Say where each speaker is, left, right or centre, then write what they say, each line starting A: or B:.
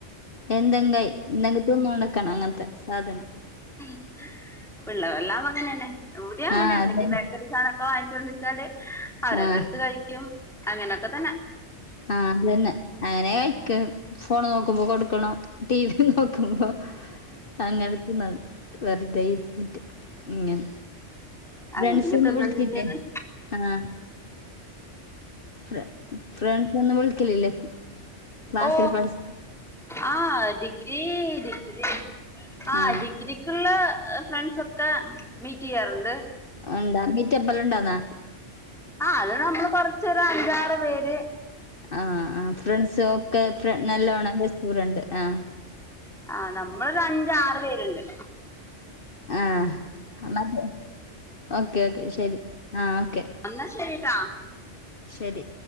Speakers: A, on the left (about 45°); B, in the centre.
A: എന്തെങ്കായ് <unintelligible> തിന്നോണ്ട്ക്ക്ണ അങ്ങനത്തെ സാധനം.
B: <inaudible> പിള്ളവെല്ലാം അങ്ങനെ തന്നെ ഇവ്ടെം അങ്ങനെ
A: ആ
B: എന്തെങ്കിലും
A: അതന്നെ
B: ബേക്കറി സാനംഒക്കെ വാങ്ങിച്ച് വച്ചാല് അവരതട്ത്ത്
A: ആ
B: കഴിക്ക്യും അങ്ങനക്ക തന്ന
A: ആഹ് ത് അന്നെ അങ്ങനെ കഴിക്ക ഫോണ് നോക്കുമ്പോ കൊട്കണം ടിവി നോക്കുമ്പോ അങ്ങനെ തിന്നൺ വെറ്തെ ഇരുതീറ്റ് ഇങ്ങൻ
B: അങ്ങനെങ്ങ്
A: രൺസ്ന്ന്
B: തിന്നുന്നുണ്ട്ന്ന്
A: വിൾച്ചില്ലേ ആഹ് ഫ്രണ്ട് ഫ്രിണ്ട്സ്ന്നും വിൾക്കലില്ലേ ക്ലാസിൽ
B: ഓ
A: പഠിസ
B: ആഹ് ഡിഗ്രീ ഡിഗ്രി ആഹ്
A: ആ
B: ഡിഗ്രി ക്ക്ള്ള ഫ്രണ്ട്സോക്കെ മീറ്റിയ്യാറുണ്ട്
A: അന്താ മീറ്റപ്പള് ഉണ്ടാന്നാ
B: ആഹ് അത് നമ്മൾ കൊറച്ചൊര് അഞ്ചാറ് പേര്
A: ആഹ് ആഹ് ഫ്രൺസ് ഒക്കെ ഫ്രൺ നല്ലോണം ബെസ്റ്റ് ഫ്രണ്ട് ആഹ്
B: ആഹ് നമ്മളൊരു അഞ്ച ആറ് പേര്ണ്ട്
A: ആഹ് ന്ന ഓക്കേ ഓക്കേ ശരി ആഹ് ഓക്കെ
B: അന്നാ ശരിട്ടാ
A: ശരി